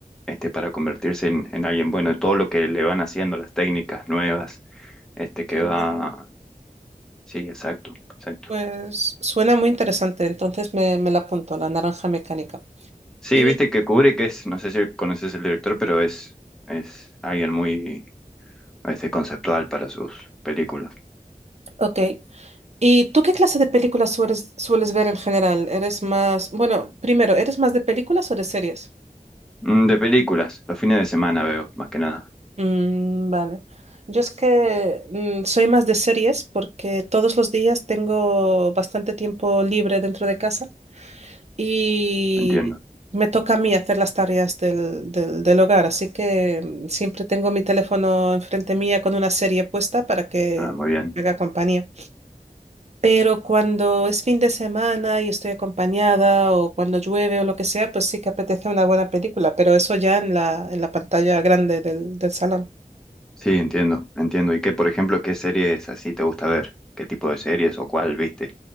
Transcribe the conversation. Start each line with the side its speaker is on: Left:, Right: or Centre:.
Centre: este, para convertirse en, en alguien bueno, y todo lo que le van haciendo, las técnicas nuevas, este,
Right: Qué
Centre: que va.
Right: bueno.
Centre: Sí, exacto, exacto.
Right: Pues suena muy interesante, entonces me, me la apunto, la naranja mecánica.
Centre: Sí,
Right: Y,
Centre: viste que Kubrick es, no sé si conoces el director, pero es, es alguien muy a veces conceptual para sus películas.
Right: ok. ¿Y tú qué clase de películas sueles, sueles ver en general? ¿Eres más, bueno, primero, ¿eres más de películas o de series?
Centre: Mm, de películas, los fines de semana veo, más que nada.
Right: Mm, vale. Yo es que mm, soy más de series porque todos los días tengo bastante tiempo libre dentro de casa y
Centre: Entiendo.
Right: me toca a mí hacer las tareas del, del, del hogar, así que mm, siempre tengo mi teléfono enfrente mía con una serie puesta para que
Centre: Ah, muy bien.
Right: me haga compañía. Pero cuando es fin de semana y estoy acompañada o cuando llueve o lo que sea, pues sí que apetece una buena película, pero eso ya en la, en la pantalla grande del, del salón.
Centre: Sí, entiendo, entiendo. ¿Y qué, por ejemplo, qué series así te gusta ver? ¿Qué tipo de series o cuál viste?